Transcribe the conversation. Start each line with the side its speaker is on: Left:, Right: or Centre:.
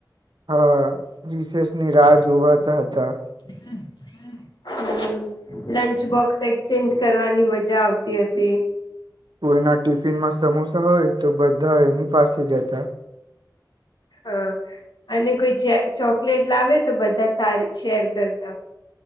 Right: હા વીસેસની રાહ ઉભાતા હતા
Left: હમ લંચ બોક્સ એક્સચેન્જ કરવાની મજા આવતી હતી
Right: કોઈના ટિફિનમાં સમોસા હોય તો બધા એની પાસે જતા
Left: હા અને કોઈ ચોકલેટ લાવે તો બધા સારી શેર કરતા